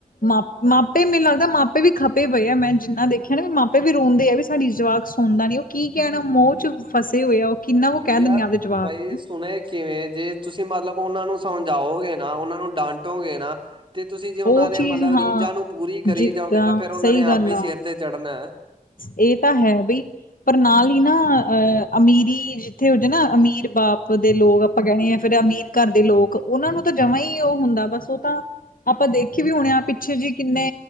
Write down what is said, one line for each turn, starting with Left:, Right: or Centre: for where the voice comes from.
Left: ਮਾ ਮਾਪੇ ਮੈਨੂੰ ਲੱਗਦਾ, ਮਾਪੇ ਵੀ ਖਪੇ ਪਏ ਆ, ਮੈਂ ਜਿੰਨਾ ਦੇਖਿਆ ਨਾ ਵੀ ਮਾਪੇ ਵੀ ਰੋਂਦੇ ਆ ਵੀ ਸਾਡੀ ਜਵਾਕ, ਸੁਣਦਾ ਨੀ ਉਹ ਕੀ ਕਹਿਣ ਮੋਹ ਚ ਫਸੇ ਹੋਏ ਆ। ਉਹ ਕਿੰਨਾ ਵ ਕਹਿ
Right: ਯਾਰ
Left: ਦਿੰਣਗੇ ਆਪਦੇ ਜਵਾਬ
Right: ਬਾਈ
Left: ਨੂੰ।
Right: ਸੁਣੇ ਕਿਵੇਂ ਜੇ ਤੁਸੀਂ ਮਤਲਬ ਉਹਨਾਂ ਨੂੰ ਸਮਝਾਓਗੇ ਨਾ ਉਹਨਾਂ ਨੂੰ ਡਾਂਟੋਗੇ ਨਾ, ਤੇ ਤੁਸੀਂ ਜੇ ਉਹਨਾਂ
Left: ਉਹ
Right: ਦੇ
Left: ਚੀਜ਼
Right: ਮਤਲਬ ਰੀਝਾਂ
Left: ਹਾਂ
Right: ਨੂੰ ਪੂਰੀ ਕਰੀ
Left: ਜਿੱਦਾਂ
Right: ਜਾਓਗੇ ਤਾਂ ਫੇਰ ਉਹਨਾਂ
Left: ਸਹੀ
Right: ਨੇ
Left: ਗੱਲ
Right: ਆਪੇ ਹੀ
Left: ਆ
Right: ਸਿਰ ਤੇ ਚੜ੍ਹਨਾ,
Left: ਇਹ ਤਾਂ ਹੈ ਬਈ, ਪਰ ਨਾਲ ਹੀ ਨਾ ਅਹ ਅਮੀਰੀ ਜਿੱਥੇ ਹੋ ਜਾ ਨਾ ਅਮੀਰ ਬਾਪ ਦੇ ਲੋਕ ਆਪਾਂ ਕਹਿਣੇ ਆ, ਫਿਰ ਅਮੀਰ ਘਰ ਦੇ ਲੋਕ, ਉਹਨਾਂ ਨੂੰ ਤਾਂ ਜਮਾਂ ਹੀ ਉਹ ਹੁੰਦਾ ਬਸ ਤੂੰ ਤਾ ਆਪਾ ਦੇਖੀ ਵੀ ਹੋਨੇ ਆ, ਪਿੱਛੇ ਜੀ ਕਿੰਨੇ